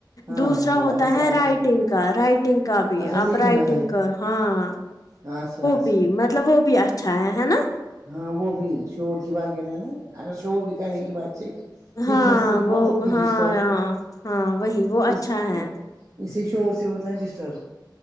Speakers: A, on the right; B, on the left.
A: ہاں
B: دوسرا
A: ہاں وہ
B: ہوتا
A: ایسے
B: ہے رائٹنگ
A: اچھا
B: کا رائٹنگ کا بھی
A: اچھا
B: آپ
A: لکھنا
B: رائٹنگ
A: ہے
B: کر ہاں
A: اچھا اچھ
B: جی مطلب وہ بھی اچھا ہے ہے نا
A: ہاں وہ بھی شور کی بغیر ہے نا اگر شور بھی کریں گے باچے دیکھنے
B: ہاں
A: سے
B: وہ
A: مت ہوگی
B: ہاں
A: رسٹر
B: ہاں ہاں وہی وہ اچھا
A: اس
B: ہے
A: اسے شور سے ہوتا ہے ڈسٹرب